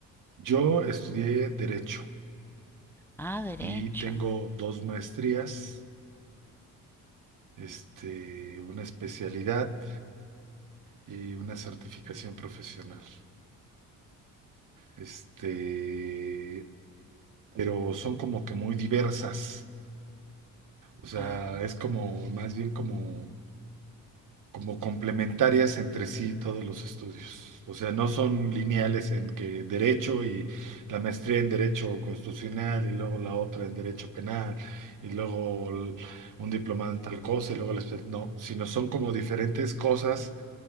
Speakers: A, on the right; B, in the centre.
A: Yo estudié Derecho
B: Ah, derecho.
A: y tengo dos maestrías, este, una especialidad. y una certificación profesional. Este, pero son como que muy diversas. O sea,
B: Ah.
A: es como más bien como, como complementarias entre sí todos los estudios. O sea, no son lineales en que derecho y la maestría en derecho constitucional y luego la otra en derecho penal y luego el- un diplomado en tal cosa y luego el espe- no, sino son como diferentes cosas